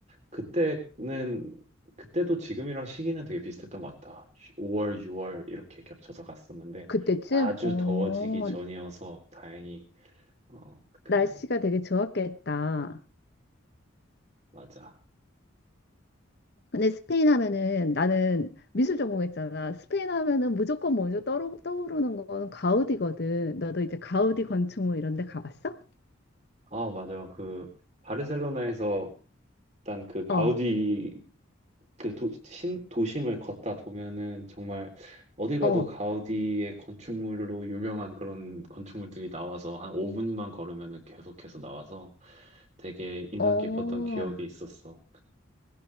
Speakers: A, on the right; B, on the left.
A: 그때는 그때도 지금이랑 시기는 되게 비슷했던 것 같다. 5월, 6월 이렇게 겹쳐서 갔었는데
B: 그때쯤?
A: 아주
B: 어,
A: 더워지기 전이어서 다행히 어 그냥
B: 날씨가 되게 좋았겠다.
A: 맞아.
B: 근데 스페인 하면은 나는 미술 전공했잖아. 스페인 하면은 무조건 먼저 떠오르, 떠오르는 건 가우디거든. 너도 이제 가우디 건축물 이런 데 가봤어?
A: 아, 맞아. 그, 바르셀로나에서 일단 그 가우디,
B: 어,
A: 그 도, 신, 도심을 걷다 보면은 정말 어디 가도
B: 어,
A: 가우디의 건축물로 유명한 그런 건축물들이 나와서 한 5분만 걸으면은 계속해서 나와서 되게 인상
B: 어.
A: 깊었던 기억이 있었어.